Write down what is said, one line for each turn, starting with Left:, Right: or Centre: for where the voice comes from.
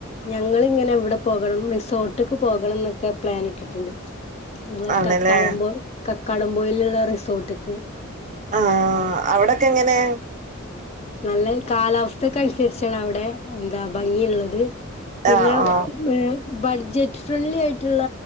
Left: ഞങ്ങളിങ്ങനെ ഇവിടെ പോകണം റിസോട്ട്ക്ക് പോകണം എന്നൊക്കെ പ്ലാനിട്ടിട്ടൊണ്ട് നമ്മെ
Right: ആണല്ലേ
Left: കക്കാടപോ കക്കാടംപോയിലുള്ള റിസോട്ടിക്ക്
Right: ആ അവിടൊക്കെ എങ്ങനെ
Left: നല്ല കാലാവസ്ഥക്കെ അനുസരിച്ചാണ് അവിടെ എന്താ ഭംഗിയുള്ളത്
Right: ആഹ്
Left: പിന്നെ
Right: ആഹ്
Left: മേ ബഡ്ജറ്റ് ഫ്രണ്ട്ലിയായിട്ടുള്ള